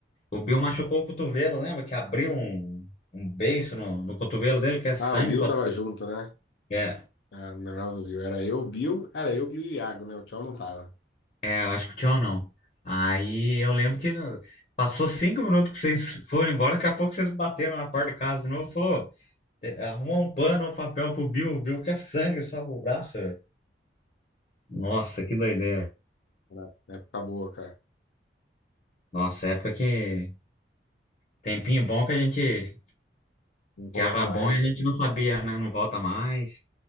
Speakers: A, on the left; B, on the left.
A: O Bill machucou o cotovelo, lembra? Que abriu um, um beiço no, no cotovelo dele, que é sangue
B: Ah, o Bill
A: pra
B: tava junto, né?
A: é,
B: Ah, não lembrava do Bill. Era eu, o Bill, era eu, o Bill e o Iago, né? O Tião não tava.
A: É, eu acho que o tchau não. Aí eu lembro que passou cinco minutos que vocês foram embora, daqui a pouco vocês bateram na porta de casa de novo, falou, "Te- arruma um pano, um papel pro Bill, o Bill quer sangue só pro braço, velho. Nossa, que doideira.
B: Era época boa, cara.
A: Nossa, época que tempinho bom que a gente,
B: Não volta
A: que era
B: mais,
A: bom
B: né?
A: e a gente não sabia, né? Não volta mais.